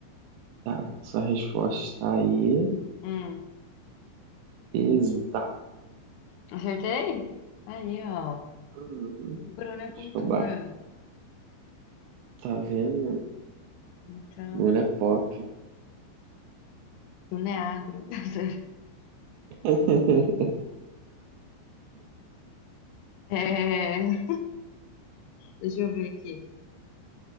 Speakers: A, on the right; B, on the left.
A: Tá, sua resposta está aí.
B: Hum,
A: Exata.
B: acertei? Aí, ó.
A: Uhum.
B: Bruno é
A: Escobar.
B: cultura.
A: Tá vendo?
B: Então,
A: Mulher pop.
B: Bruno é agro. <laughs>
A: <laughs>
B: É, deixa eu ver aqui.